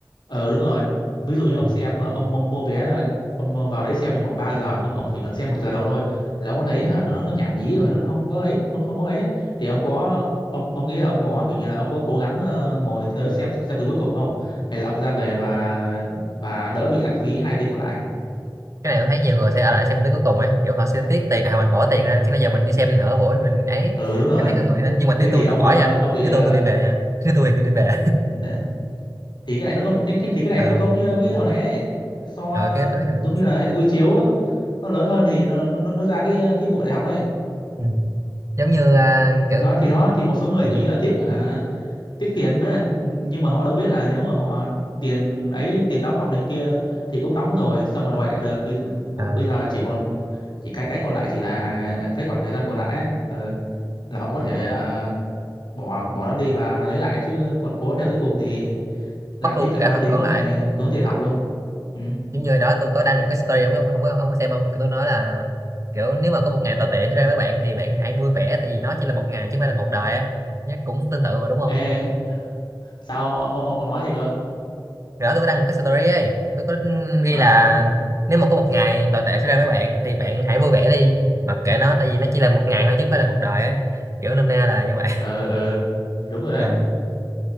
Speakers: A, on the left; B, on the right.
A: Ờ đúng rồi. Ví dụ như ông
B: ừ.
A: xem ờ, ông, ông mua vé là ông ờ, vào đấy xem trong vòng 3 giờ nhưng mà ông chỉ cần xem một giờ đầu thôi là ông có thấy hả nó nó nhảm nhí rồi nó nó không có ấy, không không có ấy á. thì ông có ông ông nghĩ là ông có kiểu như là ông có cố gắng ờ, ngồi tới xem xem tới cuối cùng không? Hay là ông ra về và và đỡ bị lãng phí hai tiếng còn lại.
B: cái này tôi thấy nhiều người sẽ ở lại xem tới cuối cùng ấy kiểu họ sẽ tiếc tiền à mình bỏ tiền ra chứ bây giờ mình đi xem nữa buổi mình ấy
A: Ừ đúng rồi.
B: tôi thấy có người thế nhưng mà nếu
A: Thế thì
B: tôi
A: ông
B: tôi bỏ
A: ờ,
B: nha
A: ông bị
B: nếu
A: ờ,
B: tôi tôi đi về nha nếu tôi thì tôi đi về
A: nè, thì cái này nó cũng-
B: <laughs>
A: thì, cái- thì cái này
B: ờ
A: nó cũng giống như cái hồi nãy đấy. So
B: rồi kế tới rồi
A: giống như là hệ quy chiếu nó lớn hơn thì nó nó nó nó ra cái cái vụ đại học đấy.
B: ừ. giống như à, kiểu
A: đó thì đó thì một số người
B: Ừ.
A: kiểu như là tiếc á hả tiếc tiền đó nhưng mà họ đâu biết là nếu mà họ tiền ấy tiền đóng học này kia thì cũng đóng rồi sao mà đòi lại được bây,
B: à,
A: bây giờ chỉ còn chỉ cái cái còn lại chỉ là cái khoảng thời gian còn lại á ừ, là họ có thể ờ, bỏ bỏ nó đi và lấy lại chứ còn cố theo tới cùng thì lãng
B: mất
A: phí
B: luôn
A: cả
B: cả
A: 3
B: phần
A: tiếng
B: còn
A: với
B: lại
A: lại tốn tiền
B: à,
A: học luôn ừ.
B: giống như đó tôi có đăng một cái story không biết ông, không có ông có xem không Kiểu tôi nói là kiểu nếu mà có một ngày tồi tệ xảy ra với bạn thì bạn hãy vui vẻ tại vì nó chỉ là một ngày chứ không phải là một đời ấy Nhá, cũng tương tự mà đúng không
A: Ê, sao ông, ông, ông nói gì cơ
B: rồi đó tôi có đăng một cái story ấy tôi có ghi
A: ờ
B: là nếu mà có một ngày tồi tệ xảy ra với bạn thì bạn hãy vui vẻ đi mặc kệ nó tại vì nó chỉ là một ngày thôi chứ không phải là một đời ấy kiểu nôm na là như vậy
A: ờ ờ thì đúng rồi đấy
B: ờ